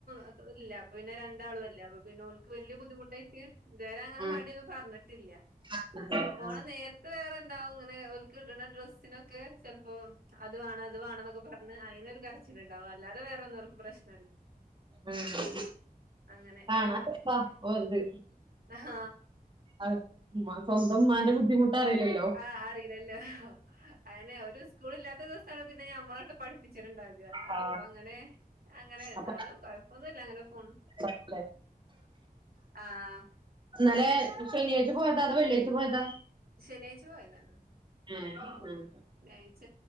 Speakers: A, on the right; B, on the right.
A: അതുല്ല പിന്നെ രണ്ടാളും അല്ല പിന്നെഓൾക്ക് വല്ലിയ ബുദ്ധിമുട്ടായിട്ട് ഇതുവരെ അങ്ങനെ
B: ആഹ്
A: മടിയൊന്നും പറഞ്ഞിട്ടില്ല
B: <unintelligible>
A: പോണ നേരത്ത് വേറെ എന്താവും ഇങ്ങനെ ഓൽക്ക് ഇടുന്ന ഡ്രസ്സിനൊക്കെ ചെൽ ഓ അത് വേണം ഇത് വേണന്നൊക്കെ പറഞ്ഞ് അയിനൊരു കരച്ചിലുണ്ടാവും അല്ലാതെ വേറെ ഒന്നോർക്ക് പ്രശ്
B: ആഹ്
A: അങ്ങനെ
B: കാണാം പ്പ ഓരിത്
A: ആഹ്
B: അഹ് ഉമ്മ സ്വന്തം ഉമ്മാന്റെ ബുദ്ധിമുട്ട് അറിയില്ലേ
A: ആഹ് അറിയില്ലല്ലോ അങ്ങനെ ഒരു സ്കൂളില്ലാത്ത ദിവസം അവള് പിന്നെ നമ്മളുവായിട്ട് പഠി പ്പിച്ചിട്ടുണ്ടാവില്ല
B: ആ,
A: അപ്പൊ അങ്ങനെ അങ്ങനെ എന്നാലും
B: അപ്പൊ
A: കൊഴപ്പൊന്നുംല്ല അങ്ങനെ പോന്നു
B: <unintelligible>
A: ആഹ്
B: ഇന്നലെ ശനിയാഴ്ച്ച പോയതാ അതോ വെള്ളിയാഴ്ച പോയതാ
A: ശനിയാഴ്ച പോയതാണ്
B: ഉം ഉം
A: വ്യാഴാഴ്ച്ച